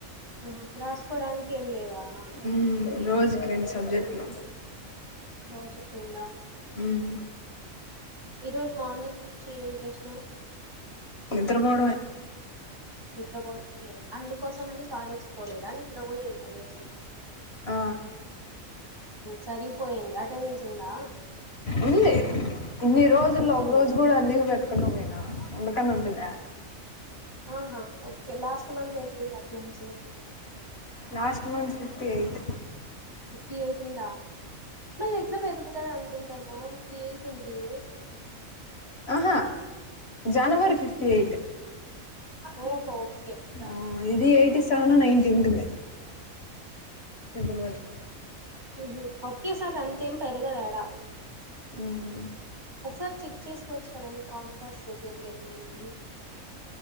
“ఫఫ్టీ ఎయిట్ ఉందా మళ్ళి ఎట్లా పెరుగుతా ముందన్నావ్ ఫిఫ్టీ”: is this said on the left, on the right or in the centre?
Right